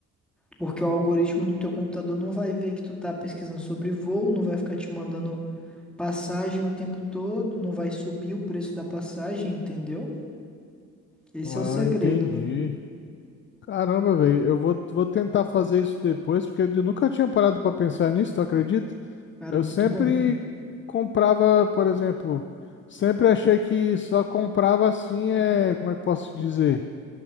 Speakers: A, in the centre; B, on the left.
A: Porque o algoritmo do teu computador não vai ver que tu tá pesquisando sobre voo, não vai ficar te mandando passagem o tempo todo, não vai subir o preço da passagem, entendeu? Esse
B: Ah,
A: é o segredo,
B: entendi.
A: mano.
B: Caramba, velho, eu vou, vou tentar fazer isso depois, porque eu nunca tinha parado pra pensar nisso, tu acredita?
A: Cara,
B: Eu
A: é muito
B: sempre
A: bom.
B: comprava, por exemplo, sempre achei que só comprava assim, é, como é que eu posso dizer?